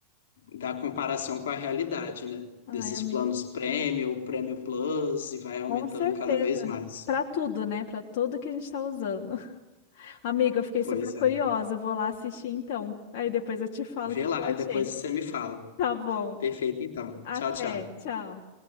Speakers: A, on the left; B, on the left.
A: da comparação com a realidade, né?
B: Ai,
A: Desses
B: amiga.
A: planos Premium, Premium Plus e vai aumentando
B: Com certeza.
A: cada vez mais.
B: Pra tudo, né? Pra tudo que a gente tá usando. <laughs> Amiga, eu fiquei
A: Pois
B: super curiosa.
A: é.
B: Vou lá assistir então. Aí depois eu te falo o
A: Vê
B: que que
A: lá
B: eu achei.
A: e depois você me fala.
B: Tá bom.
A: Perfeito, então.
B: Até.
A: Tchau, tchau.
B: Tchau.